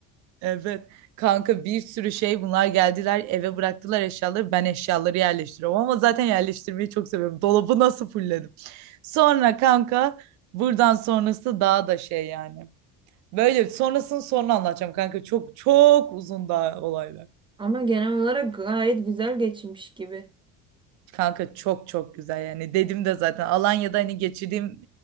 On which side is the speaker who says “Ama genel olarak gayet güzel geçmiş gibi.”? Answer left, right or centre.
Right